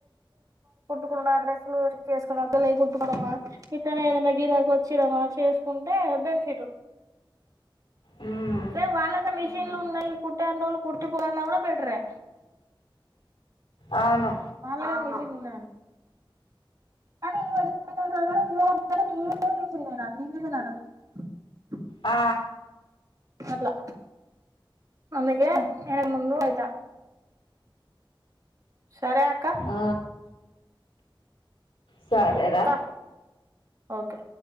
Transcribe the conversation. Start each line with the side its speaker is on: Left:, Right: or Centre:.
Right: కుండా డ్రస్లు చెక్ చేసుకుని ఒకవేళ అయి కుట్టుకోడమా ఇత ఏదైనా గిరాకీ వచ్చిడమా చేసుకుంటే బెన్ఫిట్
Left: మ్మ్
Right: పే వాళ్ళక్క మిషన్లు ఉన్నాయి కు ట్టే అన్ని రోజులు కుట్టిపోదు అన్నకూడా బెటరే
Left: అవును
Right: అవును <unintelligible> <unintelligible>
Left: ఆ
Right: అట్లా అందుకే నేనే ముందు పోతా సరే అ
Left: ఆ సరేరా
Right: అక్క ఓకే